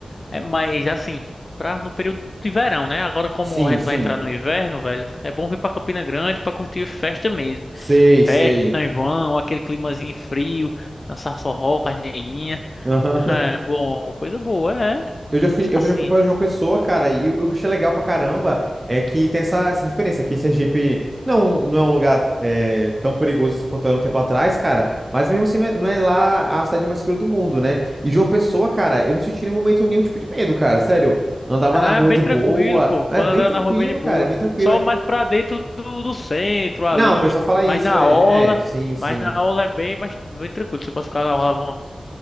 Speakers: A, on the left; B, on the right.
A: É, mas assim, pra, no período de verão, né? Agora, como
B: sim,
A: a gente
B: sim.
A: vai entrar no inverno, velho, é bom vir pra Campina Grande pra curtir festa mesmo.
B: Sei,
A: Festa,
B: sei.
A: São João, aquele climazinho frio, dançar forró, carneirinha.
B: Aham. <laughs>
A: É bom, coisa boa, é.
B: Eu já fui,
A: Isso
B: eu
A: Assim,
B: já fui pra João Pessoa, cara, e o o que eu achei legal pra caramba é que tem essa, essa diferença aqui. Sergipe não, não é um lugar é, tão perigoso assim quanto era um tempo atrás, cara, mas mesmo assim não é, não é lá a cidade mais segura do mundo, né? E João Pessoa, cara, eu não senti em nenhum momento nenhum tipo de medo, cara, sério. Andava
A: é
B: na rua
A: bem
B: de
A: tranquilo,
B: boa,
A: pô.
B: é
A: Pode
B: bem
A: andar
B: tranquilo,
A: na rua bem de boa.
B: cara, é bem tranquilo.
A: Só
B: é-
A: mais pra dentro do, do centro ali,
B: Não, o pessoal fala isso,
A: mas na
B: é,
A: orla,
B: é, sim, sim.
A: mas na orla é bem mais bem tranquilo. Você pode ficar na orla à